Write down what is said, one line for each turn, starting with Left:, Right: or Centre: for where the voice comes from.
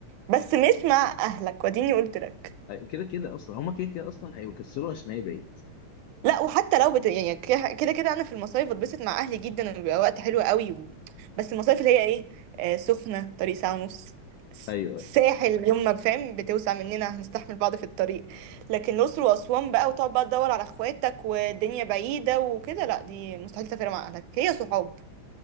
Right: بس مش مع اهلك وديني قلت لك
Left: أيوة، كده كده اصلا هما كده كده اصلا هيكسروا اسماعيل بعيد
Right: لا وحتى لو بت... يعني ك- كده كده انا في المصايف بتبسط مع اهلي جدا وبيبقى وقت حلو قوي و... بس المصايف اللي هي ايه آه سخنه طريق ساعه ونص س-
Left: ايوه
Right: ساحل يوم ما فاهم بتوسع مننا هنستحمل بعض في الطريق لكن الاقصر واسوان بقى وتقعد بقى تدور على اخواتك والدنيا بعيده وكده لا دي مستحيل تسافر مع اهلك هي صحاب